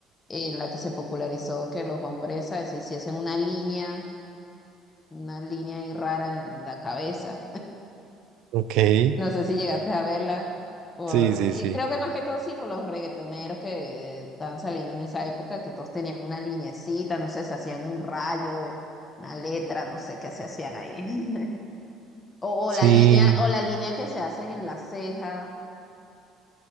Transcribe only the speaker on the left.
en la que se popularizó que los hombres, ¿sabes? se hiciesen una línea, una línea ahí rara en la cabeza
No sé si llegaste a verla. Por,
y
creo que más que todo sí, por los reggaetoneros que estaban saliendo en esa época, que todos tenían una linecita, no sé, se hacían un rayo, una letra, no sé qué se hacían ahí. <laughs> O,
o la línea, o la línea que se hacen en la ceja,